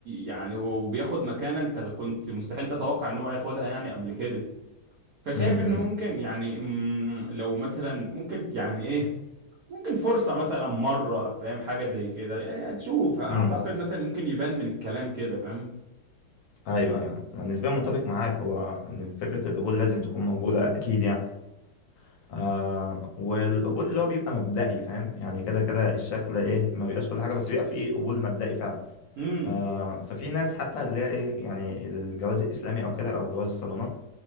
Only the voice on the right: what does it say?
يعني وبياخد مكانة انت كنت مستحيل تتوقع ان هو هياخدها يعني قبل كده فشايف
ان ممكن يعني مم، لو مثلا ممكن يعني ايه ممكن فرصة مثلا مرة فاهم حاجة زي كده يعني تشوف اعتقد
مثلا ممكن يبان من الكلام كده فاهم
امم